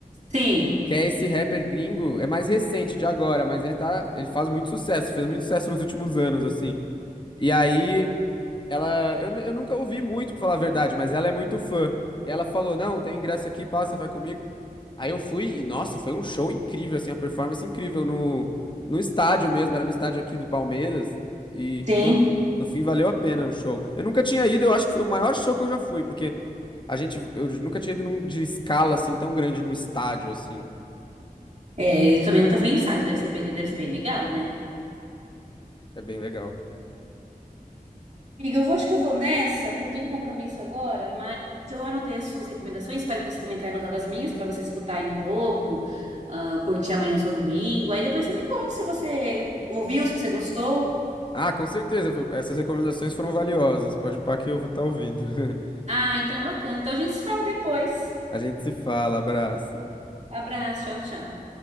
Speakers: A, on the right; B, on the left.
A: Sim,
B: Que é esse rapper gringo, é mais recente de agora, mas ele tá, ele faz muito sucesso, fez muito sucesso nos últimos anos, assim. E aí, ela, eu, eu nunca ouvi muito, pra falar a verdade, mas ela é muito fã. E ela falou: "Não, tem ingresso aqui, passa, vai comigo". Aí eu fui e nossa, foi um show incrível, assim, uma performance incrível no no estádio mesmo, era no estádio aqui do Palmeiras e,
A: sim.
B: pô, no fim valeu a pena o show. Eu nunca tinha ido, eu acho que foi o maior show que eu já fui, porque a gente eu nunca tinha ido num de escala assim tão grande num estádio assim.
A: É, eu também nunca fui em estágio, deve ser bem, deve ser bem legal, né?
B: É bem legal.
A: Amiga, eu vou, acho que eu vou nessa. Eu tenho um compromisso agora, mas eu anotei as suas recomendações. Espero que você também tenha anotado as minhas, para você escutar aí um pouco, ah, curtir amanhã o seu domingo. Aí depois você me conta se você ouviu, se você gostou.
B: Ah, com certeza. Essas recomendações foram valiosas. Pode pá que eu vou estar ouvindo. <laughs>
A: Ah, então bacana. Então a gente se fala depois.
B: A gente se fala. Abraço.
A: Abraço, tchau, tchau.